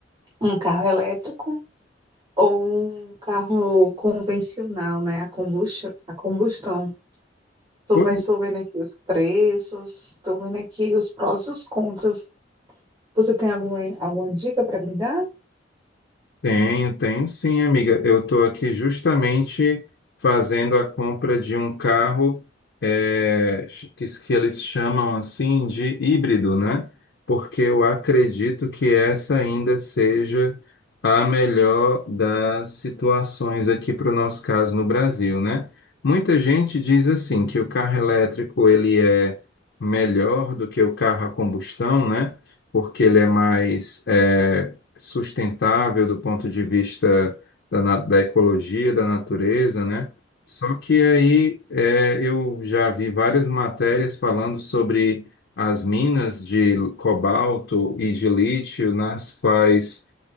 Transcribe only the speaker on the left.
Pois,
Tenho, tenho sim, amiga. Eu estou aqui justamente fazendo a compra de um carro eh, ch- que, s- que eles chamam assim de híbrido, né? Porque eu acredito que essa ainda seja a melhor das situações aqui para o nosso caso no Brasil, né? Muita gente diz assim que o carro elétrico ele é melhor do que o carro a combustão, né? Porque ele é mais eh, sustentável do ponto de vista da, na- da ecologia, da natureza, né? Só que aí é, eu já vi várias matérias falando sobre as minas de cobalto e de lítio, nas quais,